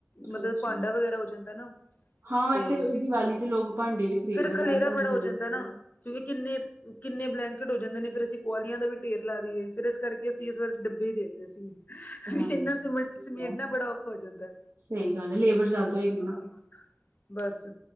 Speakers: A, on the left; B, on the right.
A: ਮਤਲਬ
B: ਅੱਛਾ।
A: ਭਾਂਡਾ ਵਗੈਰਾ ਹੋ ਜਾਂਦਾ ਏ ਨਾ।
B: ਹਾਂ ਵੈਸੇ
A: ਤੇ,
B: ਦੀਵਾਲੀ ਤੇ ਲੋਕ ਭਾਂਡੇ ਵੀ ਖਰੀਦਦੇ
A: ਫੇਰ ਖਲੇਰਾ
B: ਦਾਨ ਧਨਤੇਰਸ
A: ਬੜਾ ਹੋ ਜਾਂਦਾ
B: ਤੇ।
A: ਏ ਨਾ,
B: ਹਾਂ।
A: ਕਿਉਂਕਿ ਕਿੰਨੇ- ਕਿੰਨੇ ਬਲੈਂਕ। ਘੱਟ ਹੋ ਜਾਂਦੇ ਨੇ ਫੇਰ, ਅਸੀਂ ਕਵਾਲੀਆਂ ਦਾ ਵੀ ਢੇਰ ਲਾ ਦੀਏ, ਫੇਰ ਇਸ ਕਰਕੇ ਅਸੀਂ ਇਸ ਵਾਰ ਡੱਬੇ ਈ ਦੇਤੇ ਸੀ। ਹਹਇਹਨਾ,
B: ਹਾਂਜੀ,
A: ਸਮੇਟ
B: ਠੀਕ
A: ਸਮੇਟਨਾ
B: ਹੈ
A: ਬੜਾ ਔਖਾ ਹੋ ਜਾਂਦਾ ਹੈ
B: ਸਹੀ ਗੱਲ ਹੈ ਲੇਬਰ ਜ਼ਿਆਦਾ ਹੋਏਗੀ ਨਾ।
A: ਹਾਂ। ਬਸ,